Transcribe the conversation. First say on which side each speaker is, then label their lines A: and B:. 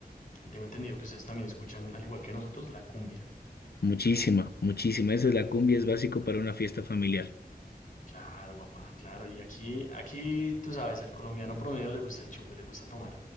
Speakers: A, on the left; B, on the left.
A: tengo entendido que ustedes también escuchan, al igual que nosotros, la cumbia.
B: Muchísima, muchísima. eso es la cumbia, es básico para una fiesta familiar.
A: Claro, papá, claro. Y aquí, aquí, tú sabes, al colombiano promedio le gusta el chupe, le gusta tomar.